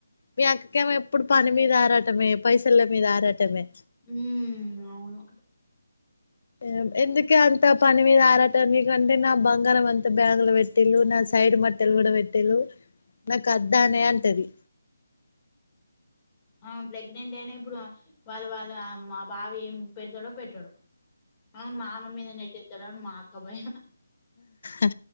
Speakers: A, on the left; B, on the left.
A: మీ అక్కకేమో ఎప్పుడు పని మీద ఆరాటమే పైసల్ల మీద ఆరాటమే.
B: ఉ అవును.
A: ఏమ్ ఎందుకే అంత పని మీద ఆరాటం నీకంటే నా బంగారం అంతా బ్యాంగ్లొ పెట్టిళ్ళు, నా సైడ్ మట్టెల్ కూడా పెట్టిళ్ళు, నాకాద్దనే అంటది.
B: ఆ ప్రెగ్నెంట్ ఐనా ఇప్పురు వాళ్ళ వాళ్ళ మా బావేం పెడ్తడో, పెట్టడొ అవున్ మామ్మ మీద నెట్టేత్తరొ మా క బయం
A: ఆ